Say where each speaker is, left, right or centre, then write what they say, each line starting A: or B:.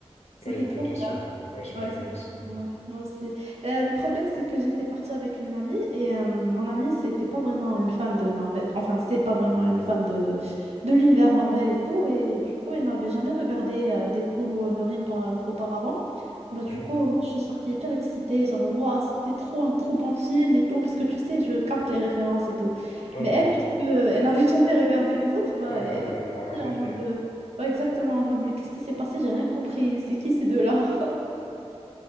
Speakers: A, on the right; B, on the left.
A: C'était
B: Ouais, il était
A: trop
B: bien celui-là. hein. Ouais, j'ai
A: Ouais,
B: bien
A: c'était
B: aimé aussi.
A: trop bien. Moi aussi. Euh, le problème, c'est que j'étais partie avec une amie et euh, mon amie, c'était pas vraiment une fan de Marvel. Enfin, c'est pas vraiment une fan de, de l'univers Marvel et tout. Et du coup, elle n'avait jamais regardé euh, Deadpool ou Wolverine par- auparavant. Bah, du
B: Mhm.
A: coup, moi, je suis sortie hyper excitée. Genre, waouh, c'était trop un trop bon film et tout. Parce que tu sais, je capte les références et tout.
B: Ouais,
A: Mais
B: ouais,
A: elle,
B: ouais.
A: puisque elle n'avait <laughs> jamais regardé les autres, bah,
B: Ouais, elle
A: elle
B: a, elle
A: était
B: a- elle a rien compris,
A: en mode.
B: elle.
A: euh, Ouais, exactement, en mode, mais qu'est-ce qui s'est passé? J'ai rien compris. C'est qui ces deux-là?